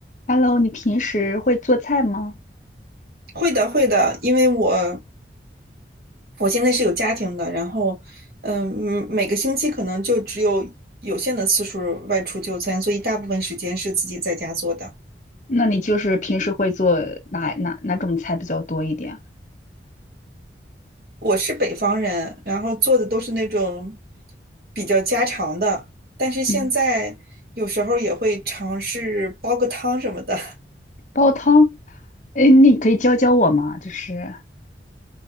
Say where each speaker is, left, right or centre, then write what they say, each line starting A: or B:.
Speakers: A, on the left (about 45°); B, on the right (about 60°).
A: Hello，你平时会做菜吗？
B: 会的，会的，因为我我现在是有家庭的，然后嗯，嗯每个星期可能就只有有限的次数外出就餐，所以大部分时间是自己在家做的。
A: 那你就是平时会做哪哪哪种菜比较多一点啊？
B: 我是北方人，然后做的都是那种比较家常的，但是现在有时候也会尝试煲个汤什么的。
A: 嗯，煲汤。哎，你可以教教我吗？就是